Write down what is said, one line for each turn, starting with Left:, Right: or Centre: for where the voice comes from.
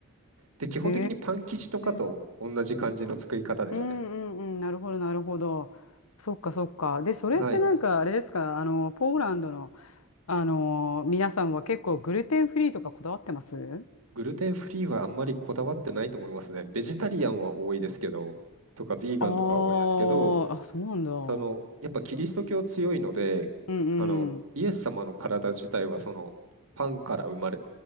Right: で基本的にパン生地とかと同じ感じの作り方ですね
Left: へえ、うんうんうん、なるほど、なるほど。そっか、そっか。で、それってなんか、
Right: はい
Left: あれですか、あの、ポーランドの、あの、皆さんは結構グルテンフリーとかこだわってます
Right: グルテンフリーはあんまりこだわってないと思いますねベジタリアンは多いですけどとかビーガンとかは多いですけど
Left: あーあ、そうなんだ。
Right: その、
Left: うん
Right: やっぱキリスト教強いので、
Left: うん。
Right: あの、イエス様の体自体はその、パンから生まれ、